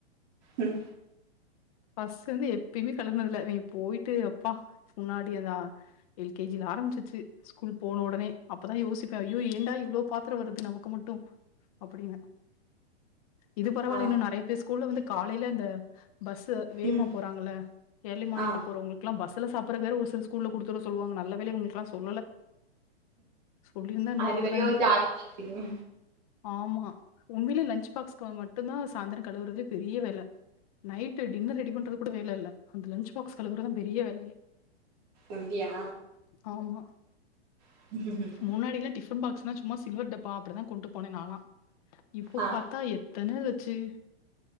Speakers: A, on the right (about 40°); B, on the left (about 35°).
A: உம்
B: ஃபஸ்லேந்து எப்பேய்மே கலர்னது இல்ல நீ போயிட்டு எப்பா முன்னாடி அந்தா எல கேஜி ஆரம்மிச்சிச்சு ஸ்கூல் போன ஒடனே அப் அப்பதா யோசிப்ப ஐயோ ஏண்டா இவ்ளோ பாத்தர வருது நமக்கு மட்டு அப்டின்னு இது பரவால்ல
A: ஆ
B: இன்னு நறைய பேர் ஸ்கூல்ல வந்து காலைல இந்த பஸ் சு வேமா
A: ம்
B: போறாங்கள எர்லி மார்னிங்ல
A: ஆ
B: போறவங் க்லா பஸ்சுல சாப்பறக் ஒரு சில ஸ்கூல்ல குடுத்துட சொல்லுவாங்க நல்ல வேல இவங்களுக்கலா சொல்ல சொல்லி இருந்தா இன்னு
A: அது
B: அவ்ளோதா
A: வரையு
B: எனக்கு
A: ஜாலியா இருந்துக்குங்க
B: ஆமா உண்மலே லஞச் பாக்ஸ்குள்ள மட்டு தா சாயந்தர கலவுரதுலயே பெரிய வேல நை ட்டு டின்னர் ரெடி பண்றது கூட வேல இல்ல அந்த லஞச் பாக்ஸ் கலவுற தா பெரிய வேலயே
A: அப்டியா
B: ஆமா
A: <inaudible>
B: முன்னாடில்லா டிஃபன் பாக்ஸ்னா சும்மா சில்வர்டப்பா அப்டிதா கொண்டு போனே நாலா இப்ப
A: ஆ
B: பாத்தா தனேதச்சி